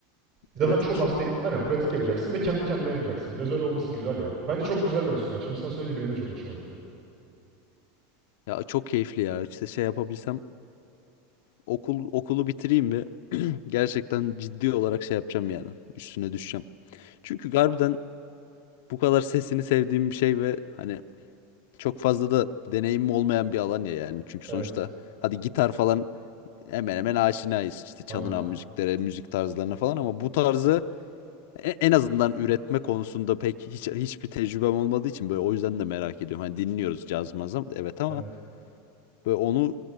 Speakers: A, on the right; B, on the left.
A: Zaten
B: Pratik.
A: çok az teknik, aynen pratik yapacaksın ve kendi kendine yapacaksın. Biraz öyle olması güzel ya. Bence çok güzel bir enstrüman. Şimdi sen söyleyince benim de çok hoşuma gitti.
B: Ya çok keyifli ya. İşte şey yapabilsem okul okulu bitireyim ve <clears throat> gerçekten ciddi olarak şey yapacağım yani. Üstüne düşeceğim. Çünkü harbiden bu kadar sesini sevdiğim bir şey ve hani çok fazla da deneyimim olmayan bir alan ya yani. Çünkü
A: Evet,
B: sonuçta hadi gitar falan hemen hemen aşinayız. İşte çalınan
A: aynen.
B: müziklere, müzik tarzlarına falan ama bu tarzı E- En azından üretme konusunda pek hiç hiçbir tecrübem olmadığı için böyle o yüzden de merak ediyorum. Hani dinliyoruz caz mazam evet ama
A: Evet,
B: böyle onu